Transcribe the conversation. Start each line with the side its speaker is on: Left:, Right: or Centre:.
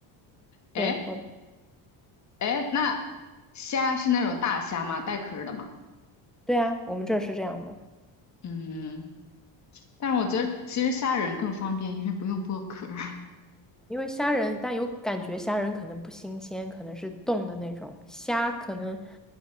Left: 哎
Centre: 对，我
Left: 哎，那虾是那种大虾吗？带壳儿的吗？
Centre: 对啊，我们这儿是这样的。
Left: 嗯，但是我觉得其实虾仁更方便，因为不用剥壳儿。<laughs>
Centre: 因为虾仁，但有感觉虾仁可能不新鲜，可能是冻的那种虾，可能